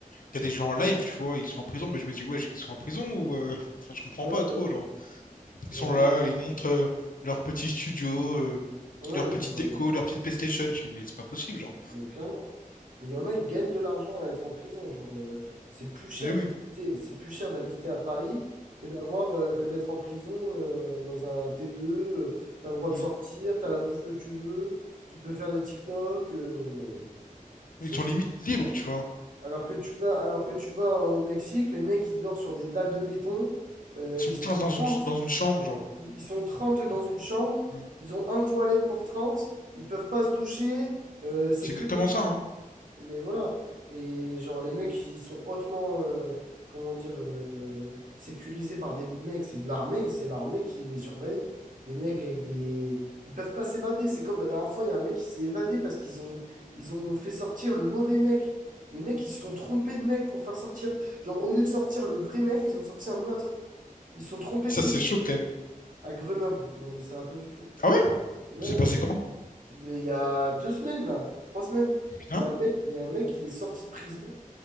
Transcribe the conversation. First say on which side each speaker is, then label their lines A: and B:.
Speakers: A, on the left; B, on the right.
A: il y a des gens en live, tu vois, ils sont en prison, mais je me dis, ouais, ils sont en prison ou. euh, <laughs> Enfin, je comprends
B: ouais,
A: pas trop, genre.
B: genre,
A: Ils sont
B: vraiment,
A: là, ils montrent euh, leur petit studio, euh,
B: ouais,
A: leur petite
B: genre, euh,
A: déco, leur petite PlayStation. Je fais, mais c'est pas possible, genre.
B: mais clairement. Mais il y en a, ils gagnent de l'argent à être en prison. Genre, euh, c'est plus cher
A: Mais oui.
B: d'habiter, c'est plus cher d'habiter à Paris que d'avoir, euh, que d'être en prison euh, dans un T2. tu t'as le droit
A: Mm.
B: de sortir, t'as la bouffe que tu veux, tu peux faire des TikTok. euh, non, mais c'est
A: Ils sont
B: le-
A: limite libres, tu vois.
B: Alors que tu vas, alors que tu vas au Mexique, les mecs, ils dorment sur des dalles de béton. euh,
A: Ils sont
B: ils sont
A: 15 dans
B: 30
A: une, dans une chambre, genre.
B: ils sont 30 dans une chambre.
A: Mm.
B: Ils ont un toilette pour trente Ils peuvent pas se doucher. euh, c'est
A: C'est exactement
B: que
A: ça, hein.
B: Mais voilà. Et genre, les mecs, ils sont hautement, euh, comment dire, euh, euh, sécurisés par des mecs. C'est de l'armée, c'est l'armée qui les surveille. Des mecs avec des... Ils ne peuvent pas s'évader. C'est comme la dernière fois, il y a un mec qui s'est évadé parce qu'ils ont, ils ont fait sortir le mauvais mec. Les mecs, ils se sont trompés de mec pour le faire sortir. Genre, au lieu de sortir le vrai mec, ils ont sorti un autre. Ils se sont trompés
A: Ça,
B: de cellule
A: c'est chaud quand même.
B: à Grenoble. Non, mais ça va pas du tout.
A: Ah ouais?
B: Ouais,
A: C'est passé quand?
B: mais il y a deux semaines, là, trois semaines,
A: Putain.
B: il y a un mec, il y a un mec, il est sorti de prison.